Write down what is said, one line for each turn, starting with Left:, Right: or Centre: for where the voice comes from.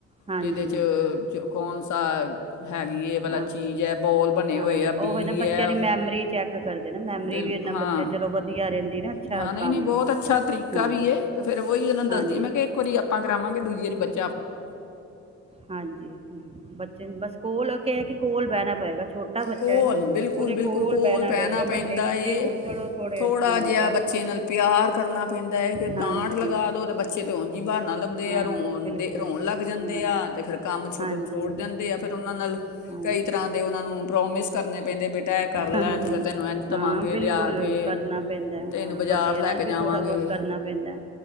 Right: ਹਾਂਜੀ
Left: ਇਹਦੇ 'ਚ ਕੌਣ ਸ ਹੈਗੀ, ਹੈ ਵਾਲਾ
Right: ਹਾਂ
Left: ਚੀਜ਼ ਹੈ, ਬੋਲ ਬਣੇ
Right: ਹਾਂ,
Left: ਹੋਏ ਆ ਬੀ
Right: ਉਹ ਨਾ ਬੱਚਿਆਂ
Left: ਹੈ
Right: ਦੀ ਮੈਮਰੀ ਚੈੱਕ ਕਰਦੇ ਨੇ। ਮੈਮਰੀ
Left: ਬਿਲਕੁਲ
Right: ਵੀ ਇਨਾਂ
Left: ਹਾਂ
Right: ਬੱਚਿਆਂ, ਚਲੋ ਵਧੀਆ <unintelligible>
Left: ਹਾਂ, ਨਹੀਂ,
Right: ਕੰਮ
Left: ਨਹੀਂ, ਬਹੁਤ
Right: ਹੈ
Left: ਅੱਛਾ ਤਰੀਕਾ
Right: ਹਾਂ
Left: ਵੀ ਹੈ, ਤੇ ਫਿਰ ਉਹੀ ਉਹਨਾਂ ਨੂੰ
Right: ਹਾਂਜੀ
Left: ਦੱਸਦੀ, ਮੈਂ ਕਿਹਾ ਇੱਕ ਵਾਰੀ ਆਪਾਂ ਕਰਾਵਾਂਗੇ, ਦੂਜੀ ਵਾਰੀ ਬੱਚੇ
Right: ਹਾਂਜੀ, ਬੱਚੇ ਬਸ ਸਕੂਲ ਕਿ ਕੋਲ ਬਹਿਣਾ ਪਏਗਾ। ਛੋਟਾ ਬੱਚਾ
Left: ਕੋਲ,
Right: ਹੈ ਨਾ
Left: ਬਿਲਕੁਲ,
Right: ਉਹਦੇ
Left: ਬਿਲਕੁਲ, ਕੋਲ ਬਹਿਣਾ
Right: ਪਏਗਾ
Left: ਪੈਂਦਾ
Right: ਵੱਡੇ ਬੱਚੇ
Left: ਏ,
Right: ਹੋਣ ਚਲੋ ਥੋੜੇ
Left: ਥੋੜਾ
Right: ਹਾਂ
Left: ਜਿਹਾ
Right: ਕਰ
Left: ਬੱਚੇ ਨਾਲ ਪਿਆਰ ਕਰਨਾ ਪੈਂਦਾ ਹੈ, ਕਿ
Right: ਹਾਂਜੀ
Left: ਡਾਂਟ ਲਗਾ ਦੋ ਤੇ ਬੱਚੇ ਤੇ ਹੋਰ ਬਹਾਨਾ ਲੱਭਦੇ
Right: ਹਾਂ
Left: ਆ ਰੋਣ
Right: ਬਿਲਕੁਲ
Left: ਦੇ ਰੋਣ ਲੱਗ ਜਾਂਦੇ
Right: ਹਾਂਜੀ
Left: ਆ, ਤੇ ਫਿਰ ਕੰਮ ਛੋ
Right: ਹਾਂਜੀ
Left: ਛੋੜ ਜਾਂਦੇ ਆ, ਫਿਰ ਉਹਨਾਂ ਨਾਲ,
Right: ਹਾਂ
Left: ਕਈ ਤਰ੍ਹਾਂ ਦੇ ਉਹਨਾਂ ਨੂੰ ਪ੍ਰੋਮਿਸ ਕਰਨੇ ਪੈਂਦੇ ਬੇਟਾ ਇਹ ਕਰ ਲੈ
Right: ਹਾਂਜੀ,
Left: ਤੇ ਫਿਰ ਤੈਨੂੰ ਇੰਝ ਦਵਾਂਗੇ
Right: ਹਾਂ, ਬਿਲਕੁਲ,
Left: ਲਿਆ ਕੇ
Right: ਕਰਨਾ ਪੈਂਦਾ, ਹਾਂ,
Left: ਤੈਨੂੰ ਬਾਜ਼ਾਰ
Right: ਵੱਡਿਆਂ
Left: ਲੈ
Right: ਨਾਲ
Left: ਕੇ
Right: ਵੀ
Left: ਜਾਵਾਂਗੇ
Right: ਥੋੜਾ ਬਹੁਤ ਕਰਨਾ ਪੈਂਦਾ,